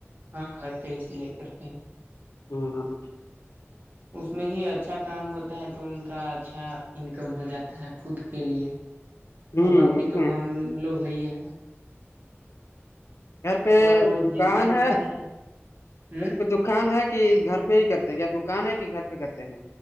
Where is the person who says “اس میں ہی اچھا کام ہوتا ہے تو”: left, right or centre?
Right